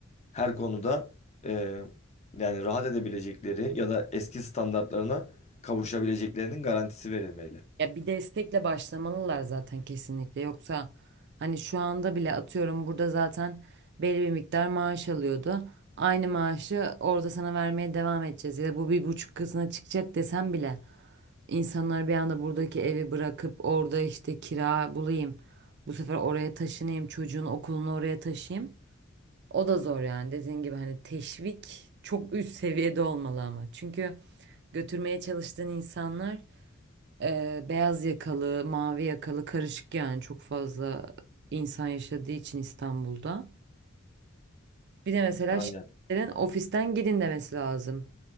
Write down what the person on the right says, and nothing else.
Ya bir destekle başlamalılar zaten kesinlikle. Yoksa hani şu anda bile atıyorum burada zaten belli bir miktar maaş alıyordu. Aynı maaşı orada sana vermeye devam edeceğiz. Ya da bu bir buçuk katına çıkacak desem bile insanlar bir anda buradaki evi bırakıp orada işte kira bulayım. Bu sefer oraya taşınayım, çocuğun okulunu oraya taşıyayım. O da zor yani dediğin gibi hani teşvik çok üst seviyede olmalı ama. Çünkü götürmeye çalıştığın insanlar ee, beyaz yakalı, mavi yakalı karışık yani çok fazla insan yaşadığı için İstanbul'da. Bir de mesela
şirketlerin ofisten gidin demesi lazım.